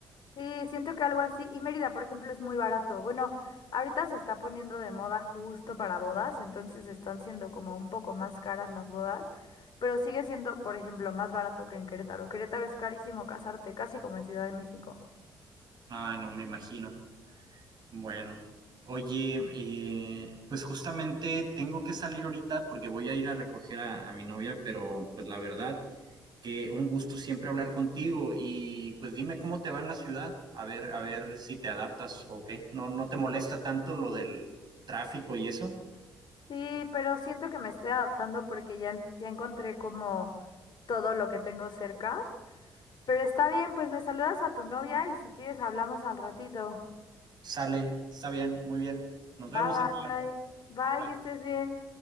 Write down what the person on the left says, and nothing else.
Sí, siento que algo así, y Mérida, por ejemplo, es muy barato. Bueno, ahorita se está poniendo de moda justo para bodas, entonces están siendo como un poco más caras las bodas, pero sigue siendo, por ejemplo, más barato que en Querétaro. Querétaro es carísimo casarte, casi como en Ciudad de México.
Sí, pero siento que me estoy adaptando porque ya, en- ya encontré como todo lo que tengo cerca. Pero está bien, pues me saludas a tu novia y si quieres hablamos al ratito.
Bye,
bye. Bye,
que estés bien.